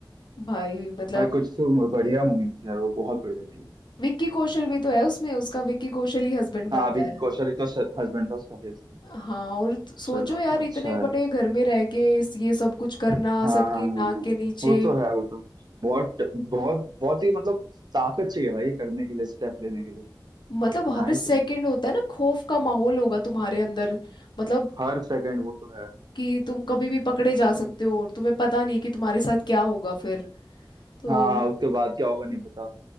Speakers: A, on the left; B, on the right.
A: भाई मतलब
B: भाई कुछ तो बढ़िया मूवी थी यार वो बहुत बढ़िया थी
A: विक्की कौशल भी तो है उसमें उसका विक्की कौशल ही हस्बैंड बनता
B: हाँ विकी
A: है
B: कौशल ही तो हस्बैंड था उसका yes।
A: हाँ और त- सोचो
B: चलो
A: यार
B: अच्छा
A: इतने
B: है
A: बड़े घर में रह के इस- ये सब कुछ करना
B: हाँ
A: सबकी
B: हाँ हाँ हाँ।
A: नाक
B: हाँ।
A: के नीचे
B: वो तो है वो तो बहुत बहुत बहुत ही मतलब ताकत चाहिए भाई ये करने के लिए स्टेप लेने के लिए
A: मतलब हर
B: नाइस
A: सेकंड
B: है
A: होता है ना खौफ का माहौल होगा तुम्हारे अंदर मतलब
B: हर सेकंड वो तो है
A: कि तुम कभी भी पकड़े
B: हम्म।
A: जा सकते हो और तुम्हें पता नहीं कि तुम्हारे साथ क्या होगा फिर तो
B: हाँ उसके बाद क्या होगा नहीं पता